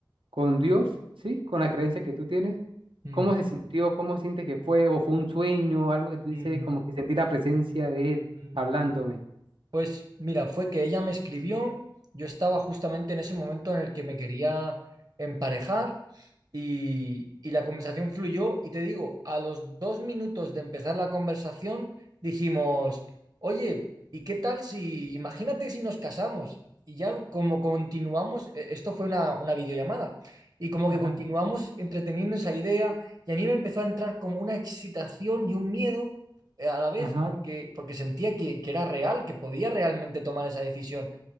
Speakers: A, on the right (about 90°); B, on the right (about 50°).
A: con Dios, sí? Con la creencia que tú tienes.
B: Mm,
A: ¿Cómo se sintió? ¿Cómo sientes que fue? ¿O fue un sueño? Algo que tú dices,
B: mm,
A: como que sentí la presencia de Él
B: mm.
A: hablándome.
B: Pues mira, fue que ella me escribió, yo estaba justamente en ese momento en el que me quería emparejar y, y la conversación fluyó y te digo, a los dos minutos de empezar la conversación dijimos, oye, ¿y qué tal si, imagínate si nos casamos? Y ya como continuamos, e- esto fue una, una videollamada, y como
A: Ajá,
B: que continuamos entreteniendo esa idea y a mí me empezó a entrar como una excitación y un miedo eh, a la vez
A: ajá.
B: porque, porque sentía que, que era real, que podía realmente tomar esa decisión.